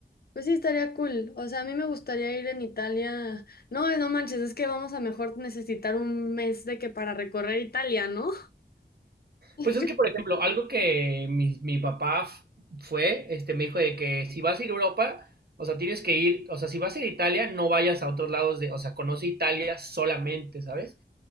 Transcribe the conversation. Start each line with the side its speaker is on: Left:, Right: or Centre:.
Left: Pues sí, estaría cool. O sea, a mí me gustaría ir en Italia. No, no manches, es que vamos a mejor necesitar un mes de que para recorrer Italia, ¿no? <laughs>
Right: Pues es que, por ejemplo, algo que mi, mi papá f- fue, este, me dijo de que si vas a ir a Europa, o sea, tienes que ir, o sea, si vas a ir a Italia, no vayas a otros lados de, o sea, conoce Italia solamente, ¿sabes?